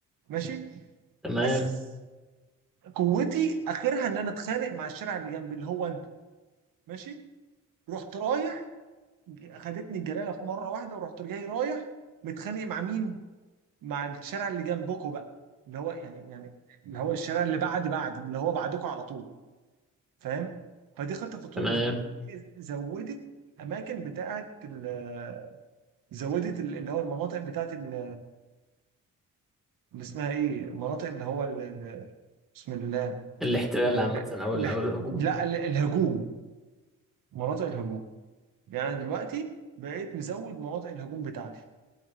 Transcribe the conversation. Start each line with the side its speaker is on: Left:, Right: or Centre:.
Right: ماشي
Centre: تمام
Right: بس قوتي اخرها ان انا اتخانق مع الشارع اللي جنبي اللي هو انت ماشي رحت رايح خدتني الجلاله في مره واحده ورحت جاي رايح متخانق مع مين مع الشارع اللي جنبكم بقى اللي هو يعني يعني اللي هو الشارع اللي بعد بعدي اللي هو بعدكم على طول فاهم فدي خطه تطوير
Centre: تمام
Right: الهجوم هي زودت اماكن بتاعه ال- زودت ال- اللي هو المناطق بتاعه ال- اللي اسمها ايه المناطق اللي هو ال- ال- بسم الله
Centre: الاحتلال
Right: ال- ال-
Centre: عامة أو ال-
Right: ال-
Centre: أو الهجوم
Right: لا ال- الهجوم مناطق الهجوم يعني دلوقتي بقيت مزود مناطق الهجوم بتاعتي